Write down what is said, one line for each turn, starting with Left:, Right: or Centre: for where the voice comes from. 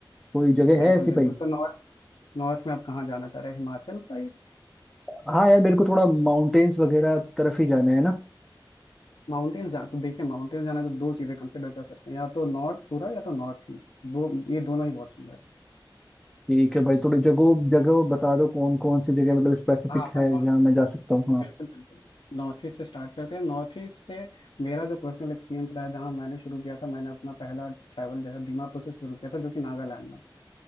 Centre: कोई जगह
Left: बिल्कुल
Centre: है ऐसी
Left: बिल्कुल
Centre: भाई
Left: तो नॉर्थ नॉर्थ में आप कहाँ जाना चाह रहे हैं हिमाचल साइड
Centre: हाँ यार मेरे को थोड़ा माउंटेन्स वगैरह तरफ ही जाना है ना
Left: माउंटेन्स जाना तो देखिए माउंटेन्स जाना है तो दो चीज़ें कंसिडर कर सकते हैं या तो नॉर्थ पूरा या तो नॉर्थ ईस्ट वो ये दोनों ही बहुत सुंदर है
Centre: ठीक है भाई थोड़ी जगह जगह बता दो कौन कौन सी जगह मतलब स्पेसिफिक
Left: हाँ मैं
Centre: है
Left: नॉर्थ
Centre: जहाँ मैं जा सकता हूँ
Left: हाँ
Centre: हाँ
Left: बिल्कुल बिल्कुल नॉर्थ ईस्ट से स्टार्ट करते हैं नॉर्थ ईस्ट से मेरा जो पर्सनल एक्सपीरियंस रहा है जहाँ मैंने शुरू किया था मैंने अपना पहला ट्रैवल जो है दीमापुर से शुरू किया था जो कि नागालैंड में